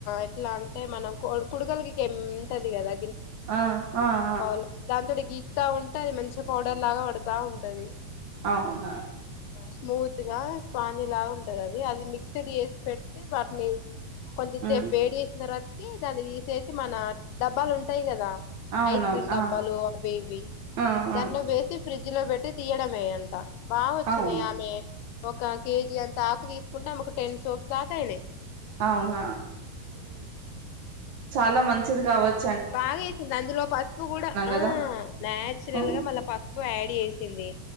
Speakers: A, on the left (about 85°); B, on the right (about 60°).
A: ఇట్లా అంటే మనం కొడుకలకి ఎంటది కదా
B: ఆ ఆ ఆ
A: బ దా ఇట్టా గీకుతా ఉంటే అది మంచి పడర్ లాగా పడుతా ఉంటాది
B: అవునా
A: స్మూత్ గా స్పాంజ లాగా ఉంటది అది అది మిక్స్డ్ చేసి పెట్ పట్ నీ కొంచెం సేపు
B: ఉమ్
A: వేడి వేసిన తర్వాత దాన్ని తీసేసి మన డబ్బాలు ఉంటాయి కదా
B: అవునవును
A: ఐస్ క్రీమ్ డబ్బాలు
B: ఆ
A: ఆ బేబీ
B: ఆ
A: దాన్నో
B: ఆ
A: వేసి ఫ్రిడ్జ్ లో పెట్టి తీయడమేంట బా వచ్చినయి
B: అవును
A: ఆమె ఒక కేజీ అంతా ఆకు తీసు ఉంటామ్ ఒక టెన్ సోప్స్ అంతేలే
B: అవునా
A: హమ్
B: చాలా మంచిది కావచ్చు
A: బాగా వేసింది అందులో పసుపు కూడా ఆ
B: కదా
A: నాయాచురల్
B: ఆ
A: గా మళ్ళా పసుపు యాడ్ చేసింది